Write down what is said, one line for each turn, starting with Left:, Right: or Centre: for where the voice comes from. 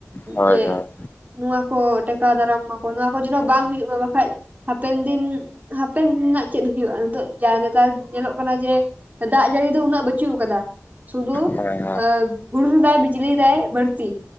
Left: ᱦᱳᱭ
Right: ᱡᱮ
Left: ᱦᱳᱭ
Right: ᱱᱚᱣᱟ ᱠᱚ ᱴᱮᱠᱟᱣ ᱫᱟᱨᱟᱢ ᱢᱟᱠᱚ ᱱᱚᱣᱟ ᱠᱚ ᱡᱮᱢᱱᱚ ᱵᱟᱝ ᱦᱩᱭᱩᱜ ᱢᱟ ᱵᱟᱠᱷᱟ ᱦᱟᱯᱮᱱ ᱫᱤᱱ ᱦᱟᱯᱮᱱ ᱨᱮᱱᱟᱜ ᱫᱤᱱ ᱪᱮᱫ ᱦᱩᱭᱩᱜ-ᱟ ᱱᱤᱛᱚᱜ ᱡᱟ ᱱᱮᱛᱟᱨ ᱧᱮᱞᱚᱜ ᱠᱟᱱᱟ ᱡᱮ ᱫᱟᱜ ᱡᱟᱹᱲᱤ ᱫᱚ ᱩᱱᱟᱹᱜ ᱵᱟᱪᱩ ᱠᱟᱫᱟ ᱥᱩᱫᱩ
Left: ᱦᱮᱸ ᱦᱮᱸ ᱦᱮᱸ
Right: ᱟᱸ ᱦᱩᱰᱩᱲ ᱫᱟᱭ ᱵᱤᱡᱤᱞᱤ ᱫᱟᱭ ᱵᱟᱹᱲᱛᱤ᱾